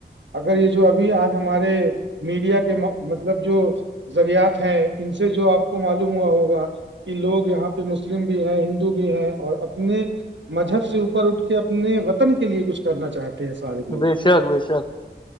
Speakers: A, on the right; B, on the left.
A: اگر یہ جو ابھی آج ہمارے میڈیا کے مطلب جو ذریات ہیں ان سے جو آپ کو معلوم ہوا ہوگا کہ لوگ یہاں پہ م مسلم بھی ہے ہندو بھی ہے اور اپنے مذہب سے اوپر اٹھ کے اپنے وطن کے لیے کچھ کرنا چاہتے ہیں سارے لوگ
B: ب شک ب شک